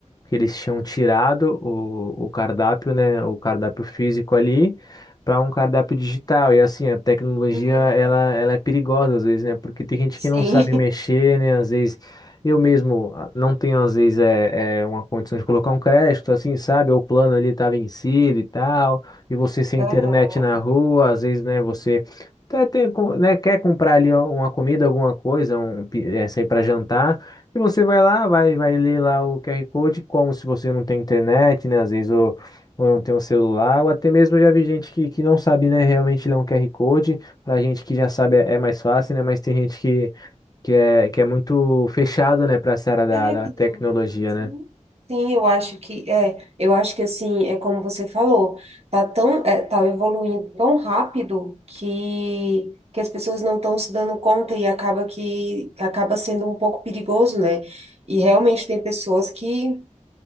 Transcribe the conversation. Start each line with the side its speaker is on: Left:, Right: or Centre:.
Left: que eles tinham tirado o, o cardápio, né, o cardápio físico ali para um cardápio digital. E assim, a tecnologia
Right: Uhum.
Left: ela, ela é perigosa às vezes, né? Porque tem gente
Right: Sim.
Left: que não sabe mexer, né? Às vezes eu mesmo ah, não tenho às vezes é, é uma condição de colocar um crédito, assim, sabe? O plano ali tá vencido e tal, e você sem
Right: <laughs>
Left: internet
Right: Aham.
Left: na rua, às vezes, né, você até tem, com- né, quer comprar ali uma comida, alguma coisa, um, pi- eh, sair para jantar. E você vai lá, vai, vai ler lá o QR Code, como se você não tem internet, né? Às vezes ou, ou não tem um celular, ou até mesmo eu já vi gente que, que não sabe, né, realmente ler um QR Code. Pra gente que já sabe é é mais fácil, né? Mas tem gente que, que é, que é muito fechado, né, pra essa área da,
Right: É
Left: da
Right: que
Left: tecnologia,
Right: não. Sim.
Left: né?
Right: Sim, eu acho que é, eu acho que assim, é como você falou, tá tão, é, tá evoluindo tão rápido que que as pessoas não estão se dando conta e acaba que acaba sendo um pouco perigoso, né? E realmente tem pessoas que